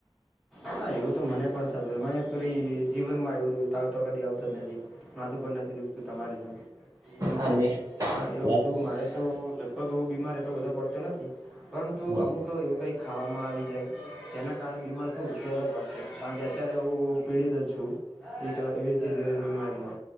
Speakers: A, in the centre; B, on the right.
A: હા, એવું તો મને પણ થતું, મને પૂરી જીવનમાં એવું તાવ તો કદી આવતો જ નથી. માથુંપણ નથી, દુખતું. તમારી જેમ સમજ્યા
B: આ મેં
A: ને હા એવું
B: બસ
A: બધું મારે તો <unintelligible> તોવુ બીમાર એટલો બધો પડતો નથી, પરંતુ
B: હમ.
A: અમુક એવું કંઈક ખાવામાં આવી જાય, તેના કારણે બીમાર થવું, તે અલગ વાત છે. કારણ કે અત્યારે એવું પીડિત જ છું, એક એવી રીતે જ બીમારીનો